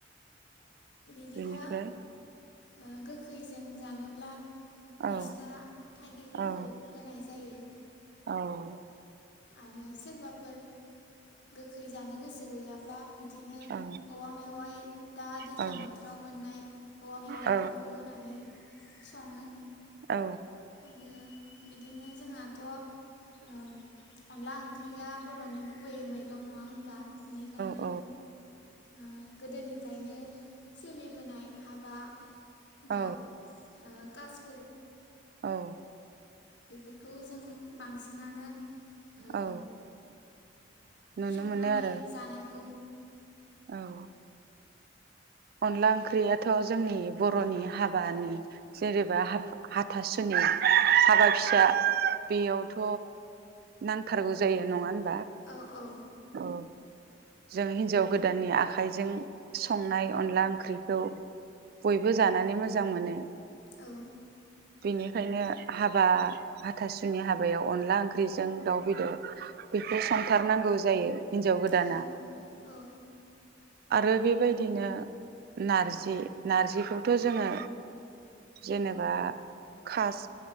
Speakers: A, on the left; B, on the right.
A: बिदिनो
B: बेनिफ्राय
A: ओ गो खैजों जानोब्ला मेस्था
B: औ
A: थाइगिरफोरखौ
B: औ
A: होनाय जायो
B: औ
A: आरो सोरबाफोर गोखै जानो गोसो गैयाब्ला बिदिनो
B: औ
A: औवा मेवाय दा दैज्लां
B: औ
A: बोथोराव मोननाय औवा मेवायफोरखौ
B: औ
A: होनानै सङो
B: औ
A: आरो बिदिनो जोंनाथ' ओ अनला ओंख्रिया बर'नि गुबै मैगं नङा होनबा बेनिखायनो
B: औ
A: ओ गोदोनि फ्रायनो सोलिबोनाय हाबा बा
B: औ
A: ओ खास
B: औ
A: बेफोरखौ जों बांसिनानो ओ
B: औ नुनो
A: संनानै
B: मोनो आरो
A: जानायखो
B: औ अनला ओंख्रियाथ' जोंनि बर'नि हाबानि जेनेबा हाथासुनि हाबा फिसा बेयावथ' नांथारगौ जायो नङा होन
A: औ औ
B: औ जों हिनजाव गोदाननि आखाइजों संनाय अनला ओंख्रिखौ बयबो जानानै मोजां मोनो
A: औ
B: बेनिखायनो हाबा हाथासुनि हाबायाव अनला ओंख्रिजों दाउ बेदर बेखौ संथारनांगौ जायो। हिन्जाव गोदाना।
A: औ औ
B: आरो बेबायदिनो नारजि नारजिखौथ जोङो जेनेबा खास